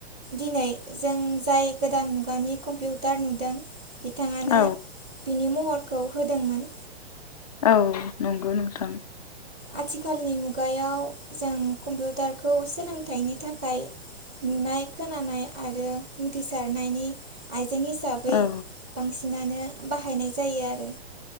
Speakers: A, in the centre; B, on the left (about 35°).
A: दिनै जों जाय गोदान मुगानि कम्पिउटार नुदों बिथाङानो
B: औ
A: बिनि महर खौ होदोंमोन
B: औ नंगौ नोंथां
A: आथिखालनि मुगायाव जों कम्पिउटारखौ सोलोंथाइनि थाखाय नुनाय खोनानाय आरो उथ्रिसारनायनि आइ जें हिसाबै
B: औ
A: बांसिन नानो बाहायनाय जायो आरो